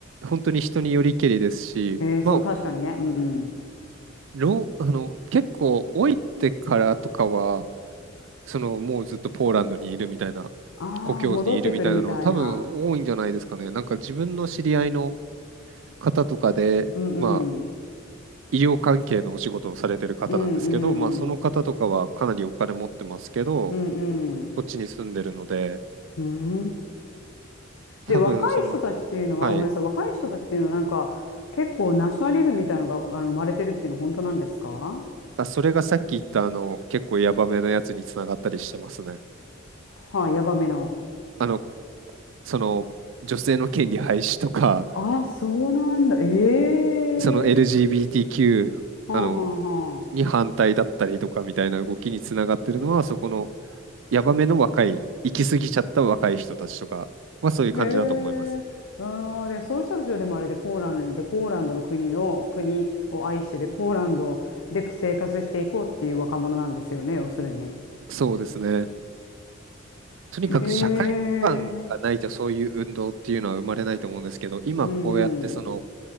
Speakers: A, on the right (about 70°); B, on the left (about 80°).
A: 本当に人によりけりですし、
B: えー、そう、
A: まあ
B: 確かにね。うんうん。
A: ロー、あの、結構老いてからとかは、そのもうずっとポーランドにいるみたいな、
B: ああ、
A: 故郷にいるみたいなのが多分多いんじゃないですかね。
B: 戻ってくるみたいな。
A: なんか自分の知り合いの方とかで、
B: うんうん
A: まあ、医療関係のお仕事をされてる方なんですけど、
B: うんうん
A: まあ、その方とかはかなりお金持ってますけど、
B: うん
A: こっちに住んでるので、
B: うんうん
A: 多分その、
B: で若い人たちっていうのはあごめんなさい若い人たちっていうのはなんか結構ナショナリズムみたいなのがあの生まれてるっていうのは本当なんですか
A: はい、あ、それがさっき言ったあの結構ヤバめのやつにつながったりしてますね。
B: はい、ヤバめの。
A: あの、こその女性の権利廃止とか、
B: あ、そうなんだ。ええ
A: その LGBTQ
B: はあはあ
A: あの
B: は
A: に反対だったりとかみたいな動きにつながってるのは、そこのヤバめの若い、行き過ぎちゃった若い人たちとかはそういう感じだと思います。
B: あ。へえ。あーで、そういう人たちはでもあれでポーランドにいて、ポーランドの国を、国を愛してで、ポーランドで生活していこうっていう若者なんですよね、要するに。
A: そうですね。とにかく社会基盤がないとそういう運動っていうのは生まれないと思うんですけど、
B: へえ。
A: 今こうやってその
B: うん、うん、